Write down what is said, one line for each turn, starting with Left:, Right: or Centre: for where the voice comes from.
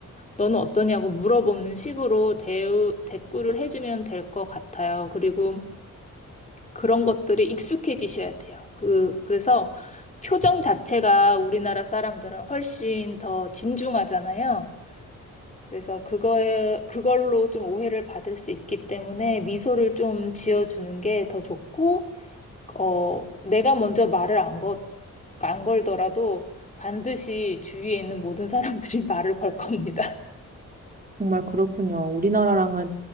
Left: 너는 어떠냐고 물어보는 식으로 대우 대꾸를 해주면 될 것 같아요. 그리고 그런 것들이 익숙해지셔야 돼요. 그 그래서 표정 자체가 우리나라 사람들은 훨씬 더 진중하잖아요. 그래서 그거에, 그걸로 좀 오해를 받을 수 있기 때문에 미소를 좀 지어주는 게 더 좋고, 어, 내가 먼저 말을 안 걸, 안 걸더라도 반드시 주위에 있는 모든 사람들이 <laughs> 말을 걸 겁니다.
Right: 정말 그렇군요. 우리나라랑은